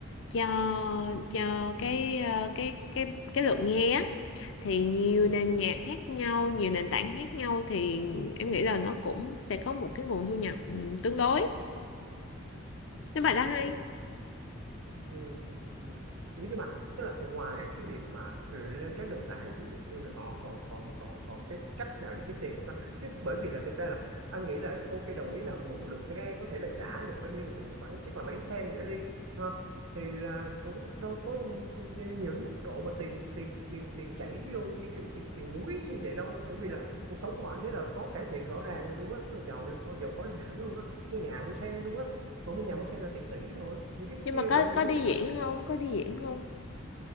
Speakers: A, on the left (about 65°); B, on the right (about 80°).
A: cho cho cái ờ, cái cái cái lượt nghe á thì nhiều
B: ừ
A: nền
B: ừ
A: nhạc khác nhau nhiều nền tảng khác nhau thì em nghĩ là nó cũng sẽ có một cái nguồn thu nhập ừ, tương đối nếu mà
B: ừ
A: đã hay
B: ừ ừ ừ. Ủa nhưng mà tức là ngoài cái việc mà ừ, lên các nền tảng thì ừ, họ còn còn còn còn cái cách nào để kiếm tiền không ta chứ bởi vì là thực ra là anh nghĩ là ok đồng ý là một lượt nghe có thể là trả được bao nhiêu ừ, khoảng chắc là mấy sen gì đó đi ha thì là cũng đâu có nhiều đến mức độ mà tiền tiền tiền tiền chảy vô như kiểu tiền tiền núi như vậy đâu bởi vì là cuộc sống của họ anh thấy là có cải thiện rõ ràng luôn á tức là giàu lên có giàu có lên hẳn luôn á mua nhà mua xe luôn á mỗi một nhà mua xe là tiền tỷ thôi nhưng cái
A: nhưng
B: kia
A: mà có
B: thì anh nghĩ
A: có
B: là
A: đi
B: chắc
A: diễn
B: là
A: không có đi diễn không